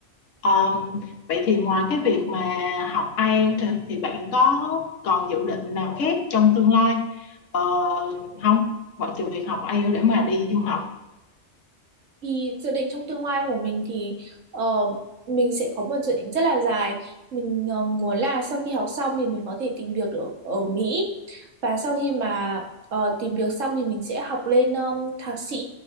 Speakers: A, on the left; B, on the right.
A: um, vậy thì ngoài cái việc mà học IELTS thì thì bạn có còn dự định nào khác trong tương lai uh, không ngoại trừ việc học IELTS để mà đi du học
B: Thì dự định trong tương lai của mình thì ờ, mình sẽ có một dự định rất là dài. Mình ờ, muốn là sau khi học xong thì mình có thể tìm việc được ở Mỹ. Và sau khi mà ờ, tìm việc xong thì mình sẽ học lên um, thạc sĩ